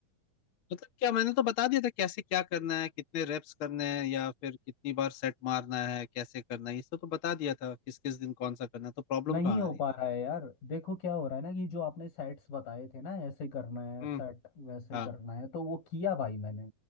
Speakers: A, on the left; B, on the left.
A: मतलब क्या मैंने तो बता दिया था कैसे क्या करना है कितने रेप्स करने हैं या फिर कितनी बार सेट मारना है कैसे करना है ये सब तो बता दिया था किस किस दिन कौन सा करना है तो प्रॉब्लम
B: नहीं
A: कहाँ
B: हो
A: आ रही
B: पा
A: है
B: रहा है यार देखो क्या हो रहा है ना कि जो आपने सेट्स बताए थे ना ऐसे करना है
A: हम्म
B: सेट वैसे
A: हाँ
B: करना है तो वो किया भाई मैंने